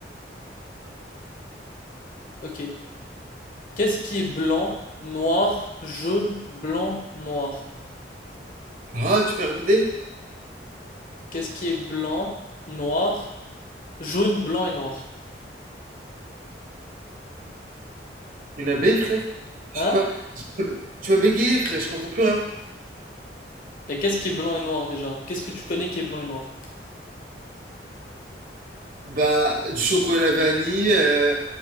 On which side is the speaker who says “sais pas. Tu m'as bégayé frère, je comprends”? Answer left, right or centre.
Right